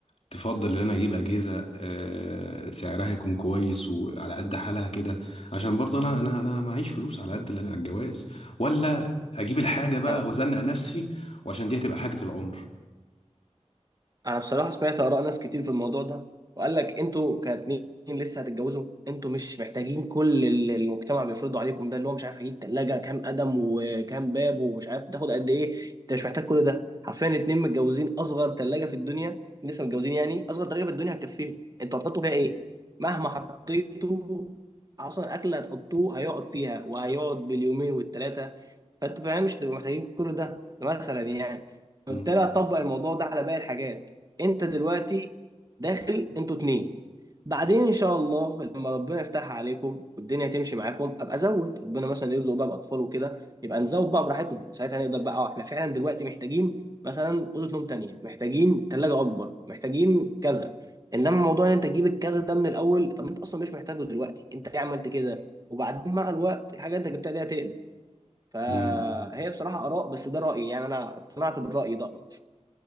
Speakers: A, on the left (about 60°); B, on the right (about 30°).
A: تفضل ان انا اجيب اجهزه آه، سعرها يكون كويس وعلى قد حالها كده عشان برضه انا انا انا معيش فلوس على قد اللي انا على الجواز ولا اجيب الحاجه بقى
B: آه.
A: وازنق نفسي وعشان دي هتبقى حاجه العمر
B: انا بصراحه سمعت اراء ناس كتير في الموضوع ده وقال لك انتوا كاتنين لسه هتتجوزوا انتوا مش محتاجين كل اللي المجتمع بيفرضه عليكم ده اللي هو مش عارف هجيب ثلاجه كام قدم وكام باب ومش عارف تاخد قد ايه انت مش محتاج كل ده حرفيا اتنين متجوزين اصغر ثلاجه في الدنيا لسه متجوزين يعني اصغر ثلاجه في الدنيا هتكفيهم انتوا هتحطوا فيها ايه مهما حطيتوا اصلا الاكل اللي هتحطوه هيقعد فيها وهيقعد باليومين والثلاثه فانتوا فعلا مش هتبقوا محتاجين كل ده ده مثلا يعني فبالتالي
A: مم.
B: هتطبق الموضوع ده على باقي الحاجات انت دلوقتي داخل انتوا اتنين بعدين ان شاء الله لما ربنا يفتح عليكم والدنيا تمشي معاكم ابقى ازود ربنا مثلا يرزق بقى باطفال وكده يبقى نزود بقى براحتنا ساعتها نقدر بقى اه احنا فعلا دلوقتي محتاجين مثلا اوضه نوم تانية محتاجين ثلاجه اكبر محتاجين كذا انما موضوع ان انت تجيب الكذا ده من الاول طب انت اصلا مش محتاجه دلوقتي انت ليه عملت كده وبعدين مع الوقت الحاجه انت جبتها دي هتقدر فهي
A: مم.
B: بصراحه اراء بس ده رايي يعني انا اقتنعت بالراي ده اكتر